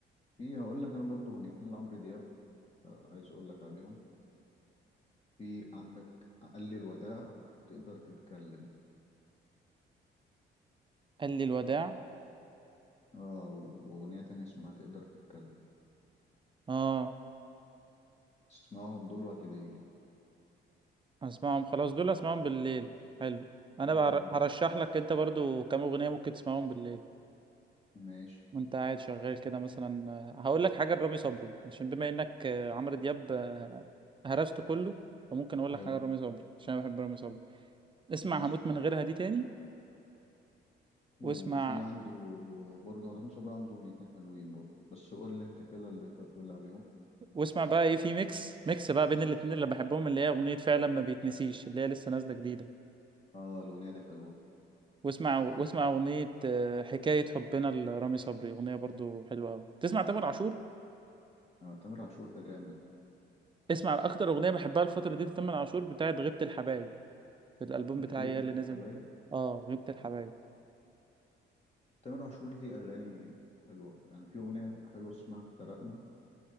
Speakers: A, on the left (about 30°); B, on the right (about 25°).
A: في هقول لك انا برضو اغنيتين لعمرو دياب آه، عايز اقول لك عليهم في عندك قال الوداع تقدر تتكلم
B: قال لي الوداع
A: اه واغنيه تانية اسمها تقدر تتكلم
B: اه
A: اسمعهم دول وهتدعيلي
B: هسمعهم خلاص دول هسمعهم بالليل حلو انا
A: اه
B: بقى
A: يعني
B: هرشح
A: في-
B: لك انت برضو كام أغنية ممكن تسمعهم بالليل
A: ماشي
B: وانت قاعد شغال كده مثلا آه، هقول لك حاجة لرامي صبري عشان بما انك آه، عمرو دياب آه، هرسته كله فممكن اقول
A: حلو
B: لك حاجة لرامي صبري عشان انا بحب رامي صبري اسمع
A: ماشي
B: هموت من غيرها دي تاني
A: وفي
B: واسمع
A: عنده برضه رامي صبري عنده اغنيتين حلوين برضه بس قول لي انت كده اللي انت بتقول عليهم
B: واسمع بقى ايه في ميكس ميكس بقى بين الاتنين اللي بحبهم اللي هي أغنية فعلا ما بيتنسيش اللي هي لسه نازلة جديدة
A: اه الاغنيه دي حلوه
B: واسمع واسمع
A: عارفها
B: أغنية آه، حكاية حبنا لرامي صبري أغنية برضو حلوة أوي تسمع تامر عاشور
A: آه تامر عاشور ده جامد
B: اسمع أكتر أغنية بحبها الفترة دي لتامر عاشور بتاعت غيبة الحبايب في الألبوم
A: غيبة
B: بتاعي يا اللي نزل
A: الحبايب
B: اه غيبة الحبايب
A: تامر عاشور ليه اغاني حلوه يعني في اغنيه حلوه اسمها افترقنا